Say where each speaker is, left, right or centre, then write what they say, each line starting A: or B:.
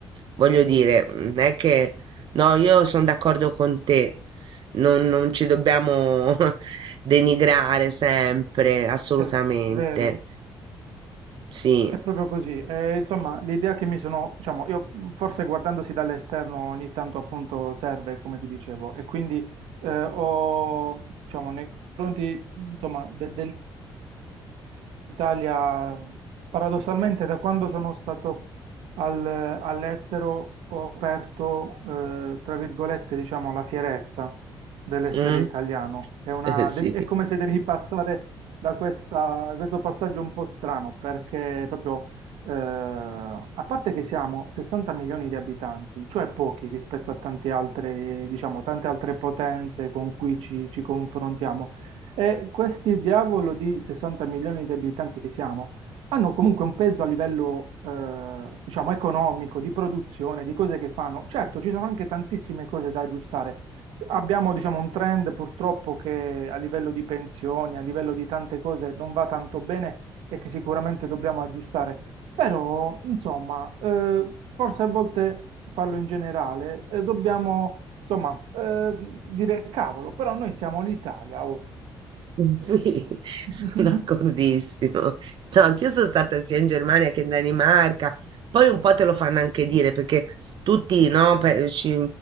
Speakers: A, on the right; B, on the right.
A: voglio dire, non è che no, io sono d'accordo con te, non, non ci dobbiamo <laughs> denigrare sempre, assolutamente.
B: è vero.
A: Sì,
B: È proprio così. Eh, insomma, l'idea che mi sono, diciamo, io mh, forse guardandosi dall'esterno ogni tanto appunto serve, come ti dicevo, e quindi eh, ho, diciamo, nei confronti, mh, insomma, de- Italia, paradossalmente, da quando sono stato al- all'estero ho aperto, eh, tra virgolette, diciamo, la fierezza dell'essere
A: mm,
B: italiano. È una,
A: <laughs> Sì.
B: devi- è come se devi passare da questa- questo passaggio un po' strano, perché proprio, eh, a parte che siamo 60 milioni di abitanti, cioè pochi rispetto a tante altre, diciamo, tante altre potenze con cui ci ci confrontiamo. E questi diavolo di 60 milioni di abitanti che siamo hanno comunque un peso a livello, eh, diciamo, economico, di produzione, di cose che fanno. Certo, ci sono anche tantissime cose da aggiustare. S- Abbiamo, diciamo, un trend purtroppo che a livello di pensioni, a livello di tante cose non va tanto bene e che sicuramente dobbiamo aggiustare. Però, insomma, eh, forse a volte parlo in generale, eh, dobbiamo, insomma, eh, dire cavolo, però noi siamo l'Italia, oh.
A: Mm, Sì, <laughs>
B: <laughs>
A: sono d'accordissimo. No, anch'io sono stata sia in Germania che in Danimarca. Poi un po' te lo fanno anche dire perché tutti, no, pe- ci,